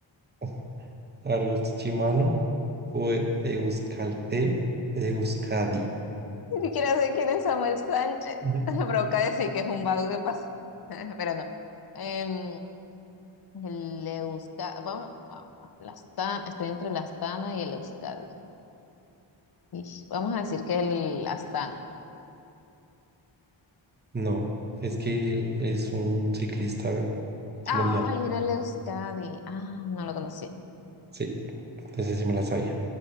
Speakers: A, on the right; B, on the left.
A: <laughs> Argos Chimano o E- Euskaltel, Euskadi.
B: Ni siquiera sé quién es Samuel Sánchez.
A: Ujú.
B: <laughs> Provoca decir que es un vago que pasa, <laughs> pero no. Em, el Euskadi, vamos, va- va- el Astana, estoy entre el Astana y el Euskadi. Ish, vamos a decir que el Astana.
A: No, es que él es un ciclista colombiano.
B: Ay, era el Euskadi. Ah, no lo conocí.
A: Sí, ese sí me la sabía.